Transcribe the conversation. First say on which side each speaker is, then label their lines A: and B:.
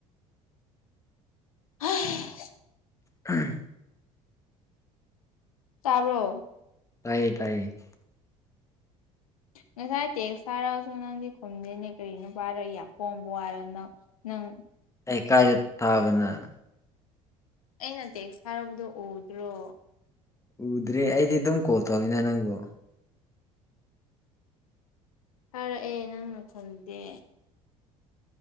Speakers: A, on the left (about 85°); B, on the left (about 15°).
A: ꯍꯩꯁ
B: <unintelligible>
A: ꯇꯥꯕ꯭ꯔꯣ
B: ꯇꯥꯏꯌꯦ ꯇꯥꯏꯌꯦ
A: ꯉꯁꯥꯏ ꯇꯦꯛꯁ ꯊꯥꯔꯛꯑꯁꯨ ꯅꯪꯗꯤ ꯈꯨꯝꯗꯦꯅꯦ ꯀꯔꯤ ꯅꯨꯄꯥꯔ ꯌꯥꯝ ꯄꯣꯡꯕ ꯋꯥꯔ ꯅꯪ ꯅꯪ
B: ꯑꯩ ꯀꯥꯏꯗ ꯇꯥꯕ ꯅꯪ
A: ꯑꯩꯅ ꯇꯦꯛꯁ ꯇꯊꯥꯛꯕꯗꯣ ꯎꯗ꯭ꯔꯣ
B: ꯎꯗ꯭ꯔꯦ ꯑꯩꯗꯤ ꯑꯗꯨꯝ ꯀꯣꯜ ꯇꯧꯋꯤꯅ ꯅꯪꯕꯨ
A: ꯊꯥꯔꯛꯑꯦ ꯅꯪꯅ ꯈꯨꯝꯗꯦ